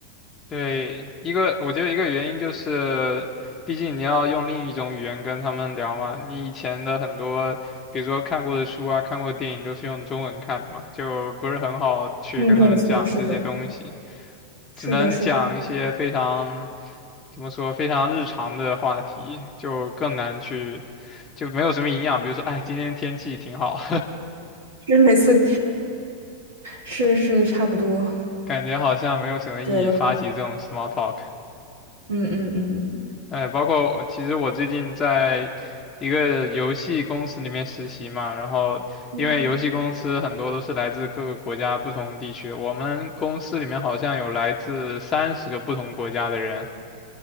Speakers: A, on the left; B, on the right.
A: 对，一个我觉得一个原因就是，毕竟你要用另一种语言跟他们聊嘛。你以前的很多，比如说看过的书啊、看过的电影，都是用中文看的嘛，就不是很好去跟他们讲这些东西，
B: 嗯，对，没错，是的，是的，
A: 只能讲一些非常
B: 是的
A: 怎么说非常日常的话题，就更难去，就没有什么营养。比如说，哎，今天天气挺好，
B: <laughs>，就是每次是是差不多，
A: <laughs> 感觉好像没有什么意义发起这种
B: 对的，
A: small talk。
B: 嗯嗯嗯
A: 哎，包括我其实我最近在一个游戏公司里面实习嘛，然后因为游戏公司很多都是来自各个国家不同地区的我们公司里面好像有来自三十个不同国家的人，
B: 嗯，